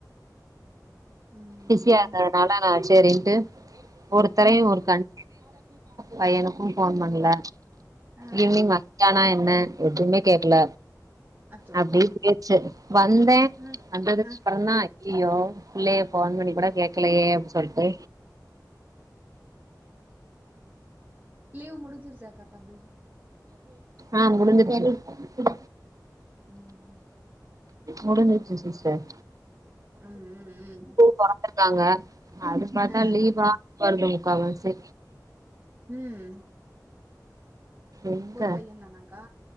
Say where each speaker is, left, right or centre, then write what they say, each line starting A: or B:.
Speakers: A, on the right; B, on the right.
A: ம்
B: பிசியா இருந்ததுனாலா
A: ம்
B: நா சேரின்ட்டு ஒருத்தரையு
A: ம்
B: ஒரு கண் பையனுக்கு ஃபோன்
A: ஆ
B: பண்ல
A: ஆ
B: ஈவ்னிங் வ யானா என்ன எதுமே கேக்கல
A: அச்சோ
B: அப்டியே போய்ருச்சு வந்தே
A: ஆ
B: வந்ததுக்கு
A: ஆ
B: அப்பறந்தா ஐயய்யோ புள்ளைய ஃபோன் பண்ணி கூட கேக்கலையே அப்டி சொல்ட்டு
A: லீவ் முடுஞ்சுருச்சாக்கா தம்பி
B: ஆ முடிஞ்சுருச்சு
A: ம்
B: முடிஞ்சுருச்சு சிஸ்டர்
A: அ ம் ம்
B: பொறந்துருக்காங்க அது பாத்தா
A: ஆ
B: லீவா வருது முக்காவாசி
A: ம்
B: எங்க
A: ஒரு பையன் தானாக்கா